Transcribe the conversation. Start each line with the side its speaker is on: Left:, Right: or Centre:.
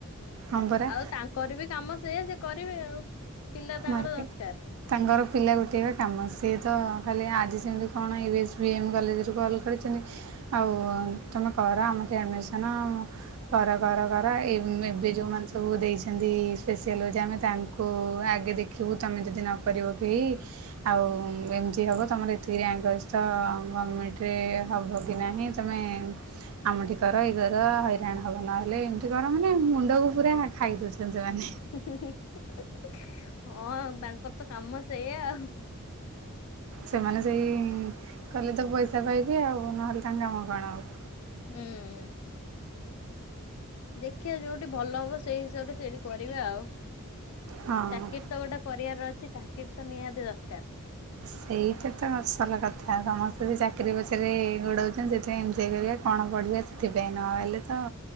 Right: ହଁ ପରା
Left: ଆଉ ତାଙ୍କର ବି କାମ ସେଇଆ ସିଏ କରିବେ ଆଉ। ପିଲା ତାଙ୍କର
Right: ମାର୍କେ
Left: ଦରକାର
Right: ତାଙ୍କର ପିଲା ଗୋଟେଇବା କାମ ସିଏ ତ ଖାଲି ଆଜି ସେମିତି କଣ ୟୁ ଏସ୍ ବି ଏମ୍ କଲେଜରୁ କଲ। କରିଛନ୍ତି। ଆଉ ତମେ କର ଆମଠି ଆଡ଼ମିଶନ କର କର କର ଏମ ଏବେ ଯେଉଁମାନେ ସବୁ ଦେଇଛନ୍ତି ସ୍ପେସିଆଲ୍ ହୋଉଛି ଆମେ ତାଙ୍କୁ ଆ ଆଗେ ଦେଖିବୁ ତମେ ଯଦି ନ କରିବ କେହି ଆଉ ଏମିତି ହେବ ତମର ଏତିକି ରାଙ୍କ ଅଛି ତ ଗଭର୍ଣ୍ଣମେଣ୍ଟରେ ହବ କି ନାହିଁ ତମେ ଆମଠି କର ଏଇ କର ହଇରାଣ ହବ ନହେଲେ ଏମ୍ ସେ କର ମାନେ ମୁଣ୍ଡକୁ ପୁରା ଖାଇ ଦଉଛନ୍ତି ସେମାନେ।
Left: <unintelligible> ହଁ ତାଙ୍କର ତ କାମ ସେଇଆ ଆଉ।
Right: ସେମାନେ ସେଇ କଲେ ତ ପଇସା ପାଇବେ ଆଉ ନହେଲେ ତାଙ୍କ କାମ କଣ ଆଉ।
Left: ହୁଁ। ଦେଖିବା ଯୋଉଠି ଭଲ ହବ ସେଇ ହିସାବରେ ସେଇଠି କରିବା ଆଉ।
Right: ହଁ
Left: ଚାକିର ତ ଗୋଟେ କରିବାର ଅଛି ଚାକିର ତ ନିହାତି ଦରକାର।
Right: ସେଇଟା ତ ଅସଲ କଥା ସମସ୍ତେ ବି ଚାକିରି ପଛରେ ଗୋଡାଉଛନ୍ତି ସେଥିପାଇଁ ଏନ୍ଞ୍ଜୟ କରିବା। କଣ ପଢିବା ସେଥିପାଇଁ ନହେଲେ ତ